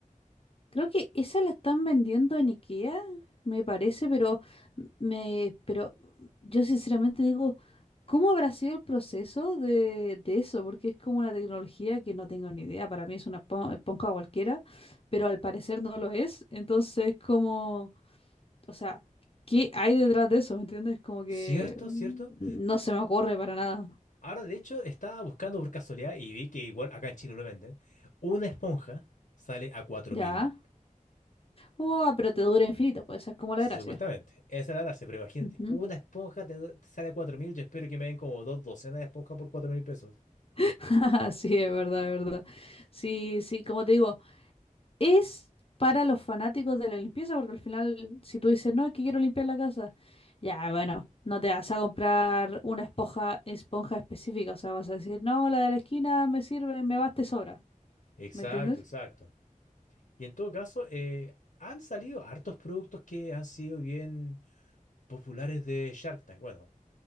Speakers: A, on the left (about 45°); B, on the left (about 75°).
A: Creo que esa la están vendiendo en IKEA, me parece, pero me, pero yo sinceramente digo, ¿cómo habrá sido el proceso de, de eso? Porque es como una tecnología que no tengo ni idea. Para mí es una po- esponja cualquiera, pero al parecer no lo es. Entonces, como, o sea, ¿qué hay detrás de eso? ¿Me entiendes? Como que
B: Cierto,
A: mm,
B: cierto.
A: no se me ocurre para nada.
B: Ahora, de hecho, estaba buscando por casualidad y vi que igual acá en Chile lo venden. Una esponja sale a cuatro
A: Ya.
B: mil
A: Uah, pero te dura infinito, pues esa es como
B: Supuestamente,
A: la gracia.
B: esa es la gracia, pero imagínate,
A: Ujú.
B: una esponja te, du- te sale a 4 mil, yo espero que me den como dos docenas de esponjas por cuatro mil pesos.
A: <laughs> Sí, es verdad, es verdad. Sí, sí, como te digo, es para los fanáticos de la limpieza, porque al final, si tú dices, no, es que quiero limpiar la casa, ya, bueno, no te vas a comprar una esponja, esponja específica, o sea, vas a decir, no, la de la esquina me sirve, me basta y sobra,
B: Exacto,
A: ¿me entiendes?
B: exacto. Y en todo caso, eh, han salido hartos productos que han sido bien populares de Shark Tank. Bueno,